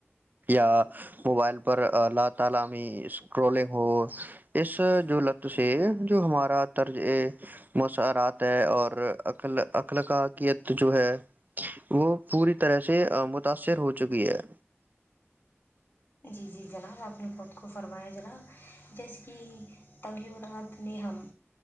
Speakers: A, on the right; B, on the left.
A: یا موبائل پر ل تعالامی اسکرولنگ ہو اس جو لط سے جو ہمارا طرز مسرات ہے اور عل اخلقاکیت جو ہے وہ پوری طرح سے متاثر ہو چکی ہے
B: جی جی جناب اپنے پود کو فرمایا جناب جیسے کہ تغورات نے ہم